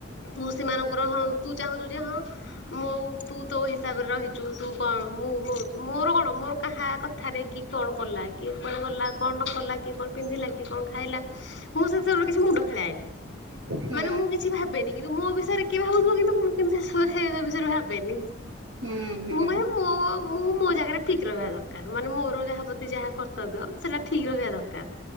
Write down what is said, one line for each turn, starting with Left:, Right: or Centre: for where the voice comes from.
Left: ତୁ ସେମାନଙ୍କର ହଁ ତୁ ଚାହୁଁଛୁ ଯେ ହଁ। ମୁଁ ତୁ ତୋ ହିସାବରେ ରହିଛୁ ତୁ କଣ ମୁଁ ମୋର କଣ ମୋର କାହା କଥା ଆରେ କି କଣ କଲା କି ଗଲା କଣ ନ କଲା କି କଣ ପିନ୍ଧିଲା କି କଣ ଖାଇଲା ମୁଁ ସେ ସବୁ ରେ କିଛି ମୁଁଣ୍ଡ ଖେଳା ଖେଳାଏନି
Right: ହୁଁ
Left: ମାନେ ମୁଁ କିଛି ଭାବେ କିନ୍ତୁ ମୋ ବିଷୟରେ କିଏ ଭାବୁଥିବ କିନ୍ତୁ ମୁଁ ସେ ବିଷୟରେ କେବେବି ଭାବିନି। ବେନି
Right: ହୁଁ ହୁଁ
Left: ମୁଁ କୁହେ ମୋ ମୁଁ ମୋ ଜାଗାରେ ଠିକ ରହିବା ଦରକାର ମାନେ ମୋର ଯାହା ପ୍ରତି ଯାହା କର୍ତ୍ତବ୍ୟ ସେଟା ଠିକ ରହିବା ଦରକାର।